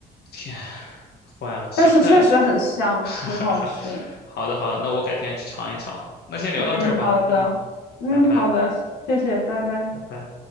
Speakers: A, on the left; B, on the left.
A: 天，坏了，
B: <laughs>
A: 想但，
B: 但是确实很香，
A: <laughs>
B: 很好吃。
A: 好的好的，那我改天去尝一尝。那先聊到这儿吧，
B: 嗯，好的，
A: 嗯，
B: 嗯，
A: 拜拜
B: 好的，谢谢，拜拜。
A: 拜拜。